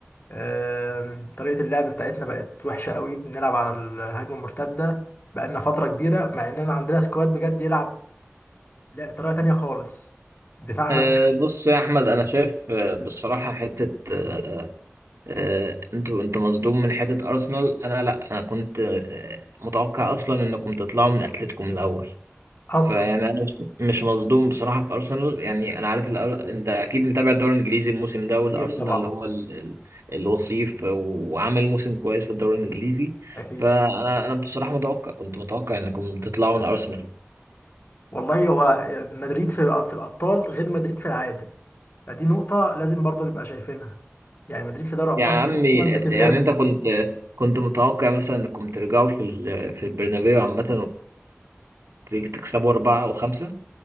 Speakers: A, on the left (about 45°); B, on the right (about 85°).
A: آم، طريقة اللعب بتاعتنا بقت وحشة قوي بنلعب على الهجمة المرتدة بقالنا فترة كبيرة مع إننا عندنا سكواد بجد يلعب لا طريقة تانية خالص دفاعنا
B: آه بص يا احمد انا شايف آه، بصراحة حتة آه، آه، انت انت مصدوم من حتة ارسنال انا لا انا كنت آه، متوقع اصلا انكم تطلعوا من اتلتيكو من الاول
A: أصلا
B: فيعني انا مش مش مصدوم بصراحة في ارسنال يعني انا عارف الأر... انت اكيد متابع الدوري الانجليزي الموسم ده والارسنال
A: أكيد طبعا
B: اللي هو ال... ال- الوصيف وعامل موسم كويس في الدوري الانجليزي
A: أكيد
B: فانا انا بصراحة متوقع كنت متوقع انكم تطلعوا من ارسنال
A: والله هو مدريد في في الأبطال غير مدريد في العادي فدي نقطة لازم برضو نبقى شايفينها يعني مدريد في دوري الأبطال
B: يا عمي
A: دايما بتبهرني
B: آه، يعني انت كنت آه، كنت متوقع مثلا انكم ترجعوا في ال... في البرنابيو عامة وتكسبوا أربعة أو خمسة